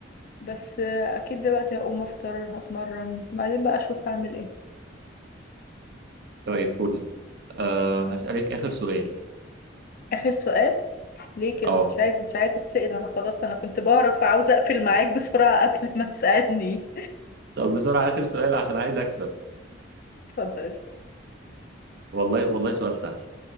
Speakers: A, on the left; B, on the right.
A: بس آه، اكيد دلوقتي هقوم افطر هتمرن بعدين بقى اشوف هعمل ايه
B: طيب فل أه هسألك آخر سؤال
A: آخر سؤال ليه كده
B: اه
A: مش عايز مش عايزة تسأل أنا خلاص أنا كنت بعرف عاوزة أقفل معاك بسرعة <laughs> قبل ما تسألني
B: طب بسرعة آخر سؤال عشان عايز أكسب
A: <laughs> اتفضل اسأل
B: والله والله سؤال سهل